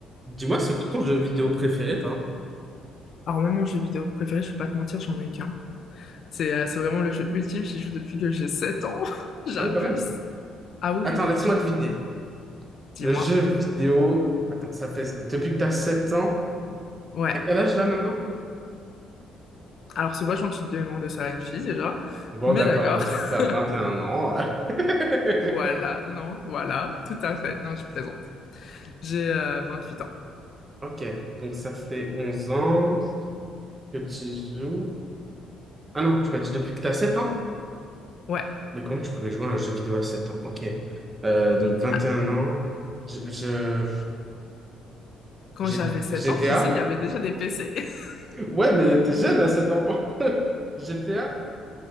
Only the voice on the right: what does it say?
Dis-moi, c'est quoi ton jeu vidéo préféré, toi?
Ah oui, quand même.
Attends,
laisse-moi
deviner.
Le jeu vidéo. Attends, ça fait. Depuis que t'as 7 ans.
T'as quel âge là maintenant?
Bon,
d'accord,
on va dire
que t'as 21 ans. <laughs>
Ok, donc ça fait 11 ans que tu joues. Ah non, tu m'as dit depuis que t'as sept ans?
Mais comment tu pouvais jouer à un jeu vidéo à 7 ans? Ok. Euh, donc vingt
et un ans. Je, je-
G-
GTA?
Ouais, mais t'es jeune à 7 ans. <laughs> GTA?